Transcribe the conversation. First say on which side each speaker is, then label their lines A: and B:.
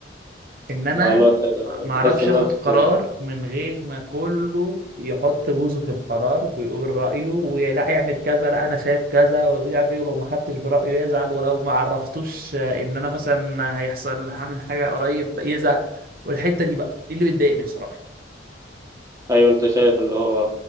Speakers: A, on the right; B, on the right.
A: ان انا
B: لا لا ت-
A: ما
B: تحس
A: اعرفش
B: الناس
A: اخد قرار من غير ما كله يحط بوزه في القرار ويقول رايه ولا اعمل كذا لا انا شايف كذا ومش عارف ايه ولو ما خدتش برايه يزعل ولو ما عرفتوش ان انا مثلا هيحصل هعمل حاجه قريب يزعل والحته دي بقى دي اللي بتضايقني بصراحه
B: ايوه انت شايف اللي هو